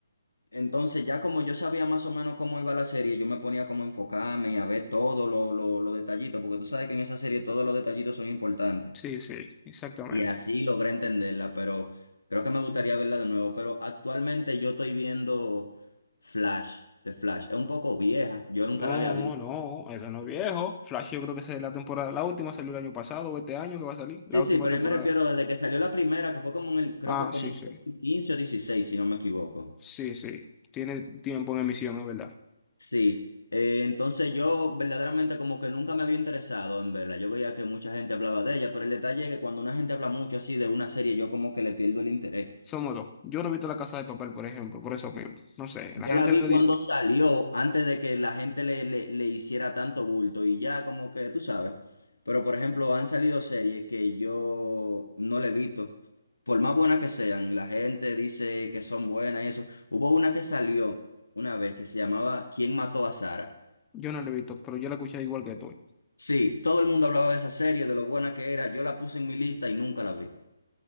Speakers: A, on the left (about 85°); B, on the left (about 15°).
A: Entonces, ya como yo sabía más o menos cómo iba la serie, yo me ponía como a enfocarme y a ver todos los los- los detallitos, porque tú sabes que en esa serie todos los detallitos son importantes.
B: Sí, sí, exactamente.
A: Y así logré entenderla, pero creo que me gustaría verla de nuevo. Pero actualmente yo estoy viendo Flash, de Flash. Es un poco vieja, yo nunca
B: No,
A: la había visto.
B: no, eso no es viejo. Flash, yo creo que esa es la temporada. La última salió el año pasado o este año que va a salir. La
A: Sí,
B: última
A: sí, pero
B: temporada.
A: yo me refiero desde que salió la primera, que fue como en el, creo
B: Ah,
A: que como
B: sí,
A: en
B: sí.
A: el 15 o 16 si no me equivoco.
B: Sí, sí. Tiene tiempo en emisión, es verdad.
A: Sí, eh, entonces yo verdaderamente como que nunca me había interesado en verla. Yo veía que mucha gente hablaba de ella, pero el detalle es que cuando una gente habla mucho así de una serie, yo como que le pierdo el interés.
B: Somos dos. Yo no he visto La Casa de Papel, por ejemplo, por eso mismo. No sé,
A: Yo
B: la gente
A: la vi
B: le
A: cuando
B: di-
A: salió, antes de que la gente le, le, le hiciera tanto bulto y ya como que tú sabes. Pero por ejemplo, han salido series que yo no le he visto. Por más buenas que sean, la gente dice que son buenas y eso. Hubo una que salió una vez que se llamaba ¿Quién mató a Sara?
B: Yo no la he visto, pero yo la escuché igual que tú.
A: Sí, todo el mundo hablaba de esa serie, de lo buena que era. Yo la puse en mi lista y nunca la vi.